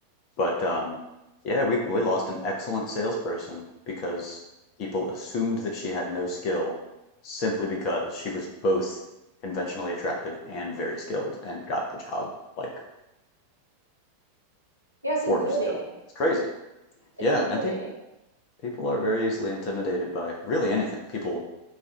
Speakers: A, on the left; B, on the left.
A: But um, yeah, we we lost an excellent salesperson because people assumed that she had no skill simply because she was both conventionally attractive and very skilled and got the job like
B: Yeah, it's
A: for
B: intimidating.
A: her skill. It's crazy.
B: It's
A: Yeah,
B: intimidating.
A: and people people are very easily intimidated by really anything. People